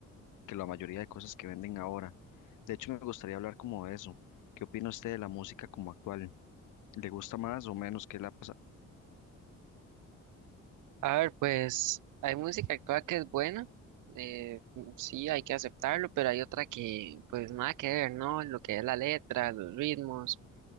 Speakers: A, on the left (about 85°); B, on the right (about 85°).
A: que la mayoría de cosas que venden ahora. De hecho, me gustaría hablar como de eso. ¿Qué opina usted de la música como actual? ¿Le gusta más o menos qué le ha pasado?
B: A ver, pues hay música actual que es buena, eh, sí, hay que aceptarlo, pero hay otra que pues nada que ver, ¿no? Lo que es la letra, los ritmos,